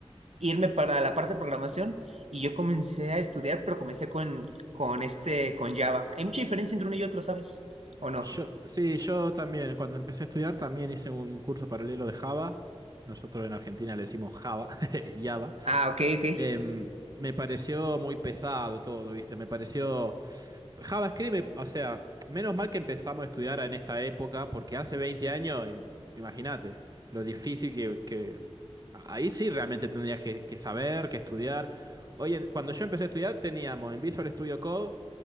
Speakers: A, on the right (about 80°); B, on the right (about 35°).
A: irme para la parte de programación y yo comencé a estudiar, pero comencé con, con este, con Java. Hay mucha diferencia entre uno y otro, ¿sabes? ¿O no?
B: Yo, sí, yo también, cuando empecé a estudiar, también hice un curso paralelo de Java. Nosotros en Argentina le decimos Java, <laughs> Java.
A: Ah, ok, ok.
B: Em, me pareció muy pesado todo, ¿viste? Me pareció... JavaScript, me- o sea, menos mal que empezamos a estudiar en esta época, porque hace 20 años, im- imagínate, lo difícil que, que, Ahí sí realmente tendrías que, que saber, que estudiar. Oye, cuando yo empecé a estudiar teníamos en Visual Studio Code,